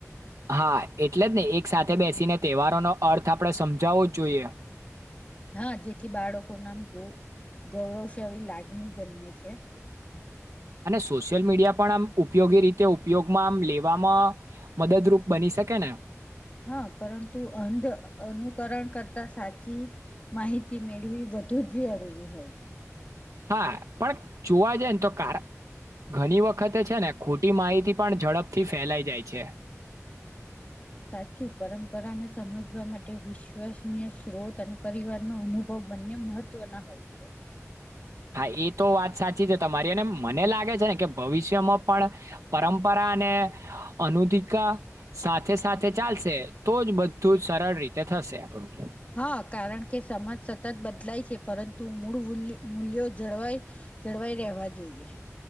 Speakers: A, on the right; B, on the left.
A: હા એટલે જ ને એક સાથે બેસીને તહેવારોનોો અર્થ આપણે સમજાવવો જ જોઈએ
B: હા જેથી બાળકો નામ ગ ગૌરવશયી લાગણી જન્મે છે
A: અને સોશિયલ મીડિયા પણ આમ ઉપયોગી રીતે ઉપયોગમાં આમ લેવામાં મદદરૂપ બની શકે ને
B: હા પરંતુ અંધ અનુકરણ કરતા સાચી માહિતી મેળવી વધુ જ જરૂરી હોય છે
A: હા પણ જોવા જાય ને તો કાર ઘણી વખતે છે ને ખોટી માહિતી પણ ઝડપથી ફેલાઈ જાય છે
B: સાચું પરંપરાને સમજવા માટે વિશ્વસનીય સ્ત્રોત અને પરિવારનો અનુભવ બંને મહત્વના હોય છે
A: હા એ તો વાત સાચી છે તમારીને મને લાગે છે ને કે ભવિષ્યમાં પણ પરંપરા અને અનુધિકા સાથે સાથે ચાલશે તો જ બધું જ સરળ રીતે થશે આપણું
B: હા કારણ કે સમાજ સતત બદલાય છે પરતુ તું મૂળ મૂલ્ય મૂલ્યો જળવાય જળવાઈ રહેવા જોઈએ